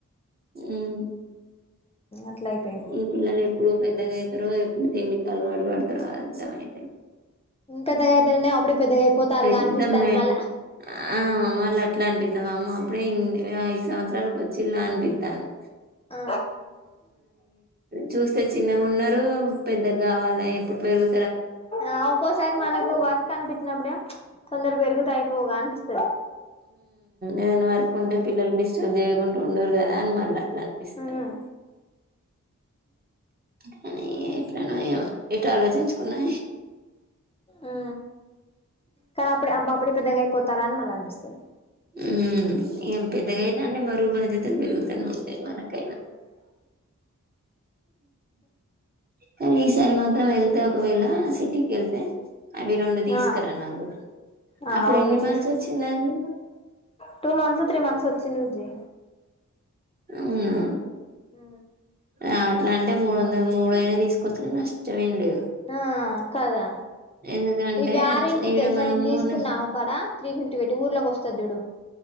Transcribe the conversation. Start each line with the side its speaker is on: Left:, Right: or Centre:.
Right: హ్మ్
Left: అట్లా అయిపోయిండు
Right: ఏ పిల్లలు ఎప్పుడూ పెద్దగా అవుతారు ఎప్పుడు తిండి అలవాటు పడతారు అంతమైత
Left: పెద్దగా అయితేనే అప్పుడే పెద్దగా అయిపోతారుగా
Right: పెద్ద
Left: అనిపిస్తాంది
Right: మే
Left: మళ్ళా
Right: ఆ వాళ్ళ అట్లా అనిపితాం అమ్మ అప్పుడే సంవత్సరాల వచ్చిళ్లా అనిపిత్తంది
Left: ఆ
Right: చూస్తే చిన్నగా ఉన్నారు పెద్దగా కావాల ఎప్పుడు పెరుగు
Left: ఆ ఒకోసారి మనకు వర్క్ కనిపించినప్పుడే తొందర పెరుగుత అయిపోగా అనిపిస్తుంది
Right: ఏదైనా వర్క ఉంటే పిల్లలు డిస్టర్బ్ చేయ యాకుంట ఉందురు కదా అని మళ్ళ అనిపిస్తాది
Left: మ్మ్
Right: కానీ ఏట్లనో ఇగ ఎటు ఆలోచించుకున్నా
Left: అ కనీ అప్పుడే పెద్దగాయిపోతారాని మల్ల అనిపిస్తుంది
Right: ఉ ఏం పెద్దగైనా అన్ని బరువుబాధ్యతలు పెరుగుతనే ఉంటయి మనకైనా కానీ ఈ సారి మాత్రం వెల్ అదే ఒకవేళ సిటీకి ఎళ్తే అవి రెండు దీసుకురా
Left: ఆ
Right: నాకు
Left: ఆ
Right: అప్పుడు
Left: ఓకే
Right: ఎన్ని
Left: తీసుకొస్తా
Right: మంత్స్ వచ్చింది అది మీకు
Left: టూ మంత్సొ త్రీ మంత్సొ వచ్చి దిన్ని యుజ్ జే
Right: అవునా
Left: ఆ
Right: ఆ అట్లా అంటే మూడు వందల మూడైనా తీసుకొచ్చులే నష్టమేం లేదు
Left: ఆ కదా
Right: ఎందుకంటే
Left: ఇవి వారెంటి
Right: ఈడ
Left: దెలుసా
Right: మనము
Left: నేను తీసుకున్నా
Right: ఉమ్
Left: ఆమ కాడ త్రీ ఫిఫ్ ఫిఫ్టి బెట్టి ఊర్లోకి వస్తది జూడు